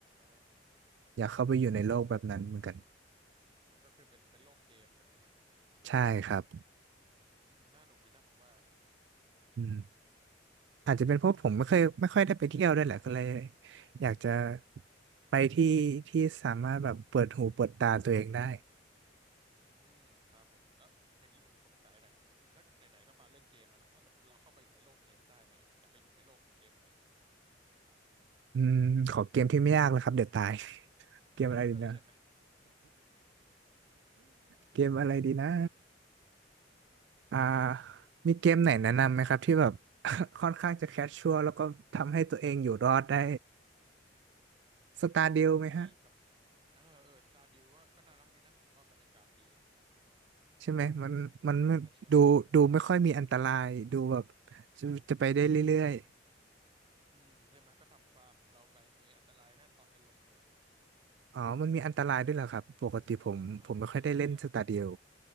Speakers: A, on the right; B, on the right.
A: า
B: อยากเข้าไปอยู่ในโลกแบบนั้นเหมือนกัน
A: อ่าก็คือเป็นเป็นโลกเกมใช่ไหมฮะ
B: ใช่ครับ
A: อืมน่าหนุกอยู่นะผมว่า
B: อืมอาจจะเป็นเพราะผมไม่เคยไม่ค่อยได้ไปเที่ยวด้วยแหละก็เลยอยากจะไปที่ที่สามารถแบบเปิดหูเปิดตาตัวเองได้
A: อืมครับผมแล้วอย่างนี้ผมสงสัยหน่อยถ้าไหนๆก็มาเรื่องเกมแล้วนะถ้าสมมติเราเข้าไปอยู่ในโลกเกมได้เนี่ยอยากจะไปอยู่ในโลกของเกมไหน
B: อืมขอเกมที่ไม่ยากเลยครับเดี๋ยวตาย <laughs>
A: <laughs>
B: เกมอะไรดีนะ
A: เออใช่ไหม
B: เกมอะไรดีนะอ่ามีเกมไหนแนะนำไหมครับที่แบบ <laughs> ค่อนข้างจะแคชชัวร์แล้วก็ทำให้ตัวเองอยู่รอดได้สตาร์ดิวไหมฮะ
A: ดีครับเออเออสตาร์ดิวก็ก็น่ารักดีนะผมว่าบรรยากาศดี
B: ใช่ไหมมันมันมันดูดูไม่ค่อยมีอันตรายดูแบบ
A: ใช่ใช่
B: จะจะไปได้เรื่อย
A: อืมใช่ไหมก็ทำฟาร์มของเราไปมีอันตรายแค่ตอนไปลงเหมือง
B: ๆอ๋อมันมีอันตรายด้วยเหรอครับปกติผมผมไม่ค่อยได้เล่นสตาเดียว
A: อ๋อใช่ครับใช่